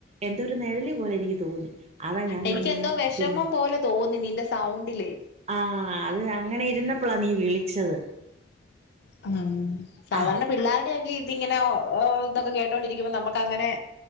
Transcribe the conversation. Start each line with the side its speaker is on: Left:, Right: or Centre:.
Right: എന്തൊ ഒരു നിഴല് പോലെ എനിക്ക് തോന്നി അതാ ഞാൻ
Left: എനിക്ക്
Right: പിന്നെ അങ്ങ്
Left: എന്തോ വിഷമം
Right: പിന്നെ
Left: പോലെ തോന്നി നിന്റെ സൗണ്ടിലേ
Right: ആ അത് അങ്ങനെ ഇരുന്ന പ്പളാ നീ വിളിച്ചത്
Left: ആ സാധാരണ
Right: ആ
Left: പിള്ളരുടെയൊക്കിം ഇഇങ്ങനെ <unintelligible> ഇതൊക്കെ കേട്ടോണ്ടിരിക്കുമ്പ നമക്ക് അങ്ങനെ